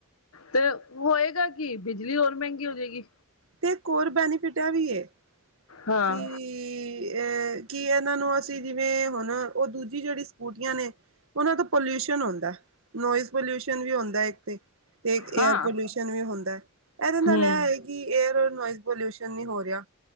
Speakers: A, on the left; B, on the right.
A: ਤੇ ਹੋਏਗਾ ਕੀ ਬਿਜਲੀ ਹੋਰ ਮਹਿੰਗੀ ਹੋ ਜਾਏਗੀ।
B: ਤੇ ਇੱਕ ਹੋਰ ਬੈਨੀਫਿਟ ਹੈ ਵੀ ਇਹ
A: ਹਾਂ
B: ਕੀ ਅਹ ਕੀ ਇਹਨਾਂ ਨੂੰ ਅਸੀਂ ਜਿਵੇਂ ਹੁਣ ਉਹ ਦੂਜੀ ਜਿਹੜੀ ਸਕੂਟੀਆਂ ਨੇ ਉਹਨਾਂ ਤੋਂ ਪੋਲਿਊਸ਼ਨ ਹੁੰਦਾ ਨੋਇਸ ਪੋਲਿਊਸ਼ਨ ਵੀ ਹੁੰਦਾ ਇੱਕ ਤੇ ਤੇ
A: ਹਾਂ
B: ਏਅਰ ਪੋਲਿਊਸ਼ਨ ਵੀ ਹੁੰਦਾ। ਇਹਦੇ ਨਾਲ
A: ਹਮ
B: ਇਹ ਏ ਕਿ ਏਅਰ ਨੋਇਜ਼ ਪੋਲਿਊਸ਼ਨ ਨਹੀਂ ਹੋ ਰਿਹਾ।